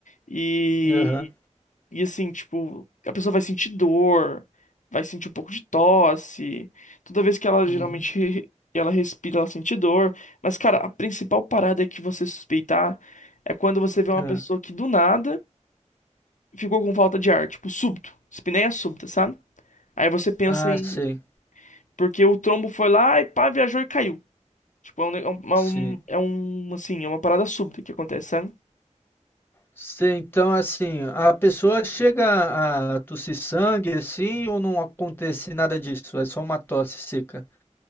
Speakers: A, on the left (about 80°); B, on the left (about 15°).
A: E,
B: aham,
A: e assim, tipo, a pessoa vai sentir dor, vai sentir um pouco de tosse. Toda vez que ela
B: uhum,
A: geralmente re- ela respira, ela sente dor. Mas, cara, a principal parada que você suspeitar é quando você vê uma
B: ah,
A: pessoa que do nada ficou com falta de ar, tipo, súbito, espineia súbita, sabe? Aí você pensa
B: ah,
A: em.
B: sei,
A: Porque o trombo foi lá e pá, viajou e caiu. Tipo, é um, ne- é um, é
B: sim.
A: um, é um, assim, é uma parada súbita que acontece, sabe?
B: Sei, então assim, a pessoa chega a tossir sangue assim ou não acontece nada disso? É só uma tosse seca.